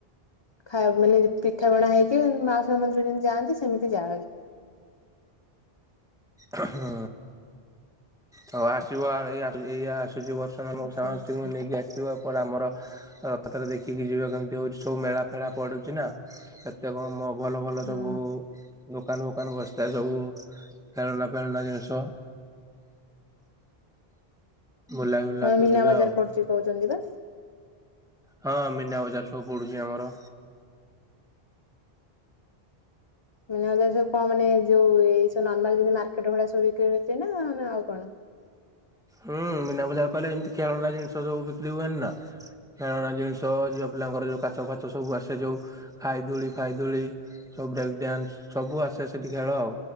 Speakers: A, on the left (about 30°); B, in the centre.
A: ଖାଇବା ମାନେ ପିଠା ପଣା ହେଇକି ମାଉସି ମା ମନ୍ଦିର ଯେମିତି ଯାଆନ୍ତି ସେମିତି ଯା
B: ହୁଁ ହଉ ଆସିବ ଏଇଆ ଆସୁଛି <unintelligible> ମାନଙ୍କୁ
A: ଏତେ
B: ସମସ୍ତଙ୍କୁ
A: ଏତେ
B: ନେଇକି ଆସିବ। ପଡେ ଆମର। ରଥ ଥରେ ଦେଖିକି ଯିବ କେମିତି ହଉଛି ସବୁ ମେଳା ଫେଳା ପଡୁଛି ନା କେତେ କଣ? ଭଲ ଭଲ
A: ହଁ
B: ସବୁ ଦୋକାନ ଦୋକାନ ବସିଥାଏ ସବୁ ଖେଳନା ଫେଳନା ଜିନିଷ ବୁଲା ବୁଲାକ
A: ତମେ ମୀନା
B: ଯିବେ
A: ବଜାର
B: ଆଉ।
A: ପଡୁଛି କହୁଛନ୍ତି ବା।
B: ହଁ, ମୀନା ବଜାର ସବୁ ପଡୁଛି ଆମର।
A: ମୀନା ବଜାର ସବୁ କଣ ମାନେ ଯୋଉ ଏଇ ସବୁ ନର୍ମାଲ୍ ଯେମିତି ମାର୍କେଟ ଭଳିଆ ସବୁ ବିକ୍ରି ଫିକ୍ରି ନା ଆଉ କଣ?
B: ହୁଁ, ମୀନା ବଜାର କହିଲେ ଏମିତି ଖେଳନା ଜିନିଷ ସବୁ ବିକ୍ରି ହୁଏନି ନା ଖେଳନା ଜିନିଷ, ଝିଅ ପିଲାଙ୍କର ଯୋଉ କାଚ ଫାଚ ସବୁ ଆସେ ଯୋଉ ଖାଇ ଦୋଳି ଫାଇ ଦୋଳି ସବୁ ଡ୍ୟାନ୍ସ ସବୁ ଆସେ ସେଇଠି ଖେଳ ଆଉ।